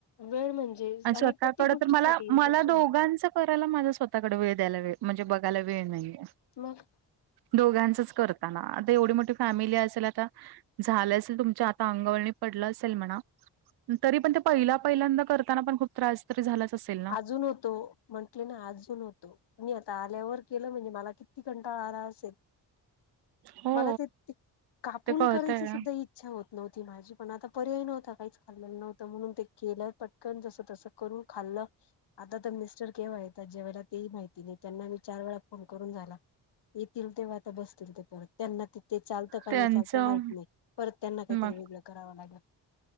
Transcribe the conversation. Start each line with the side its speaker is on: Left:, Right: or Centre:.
Left: वेळ म्हणजे
Right: अ
Left: आणि
Right: स्वतःकड
Left: प्रत्येक गोष्टीसाठी
Right: तर मला
Left: इंस्ट्रक्शन
Right: मला दोघांच
Left: आहे.
Right: करायला माझा स्वतः कड वेळ द्यायला वेळ म्हणजे बघायला वेळ नाही.
Left: मग
Right: दोघांचच करताना आता एवढी मोठी फॅमिली असेल आता झालं असेल तुमच्या आता अंगावलणी पडलं असेल. म्हणा तरी पण ते पहिल्या पहिल्यांदा करताना पण खूप त्रास तरी झालाच असेल. ना.
Left: अजून होतो म्हंटले ना अजून होतो. मी आता आल्यावर केलं म्हणजे मला किती कंटाळा आला असेल.
Right: हो
Left: मला ते कापून
Right: ते कळतंय.
Left: करायची सुद्धा इच्छा इच्छा होत नव्हती माझी पण आता पर्याय नव्हता. काहीच खाल्लेलं नव्हत म्हणून ते केलं पटकन जसं तसं करून खाल्लं आता तर मिस्टर केव्हा येतात जेव्हायला तेही माहिती नाही त्यांना मी चार वेळा फोन करून झाला. येतील तेव्हा आता बसतील ते परत त्यांना तिथे चालतं का
Right: त्यांचं
Left: नाही. चालतं माहित नाही परत त्यांना काहीतरी
Right: मग
Left: वेगळं करावं लागेल.